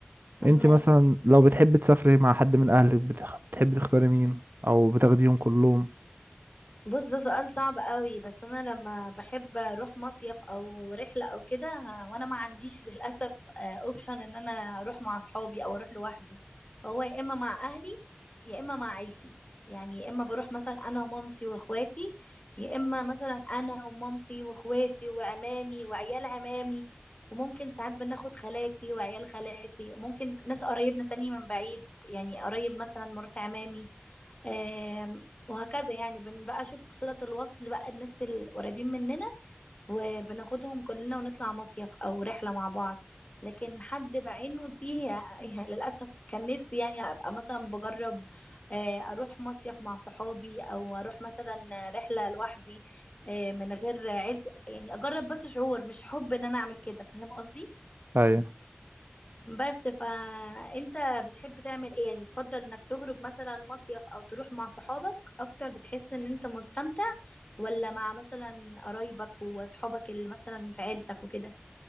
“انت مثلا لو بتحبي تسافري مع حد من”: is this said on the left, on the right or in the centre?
Right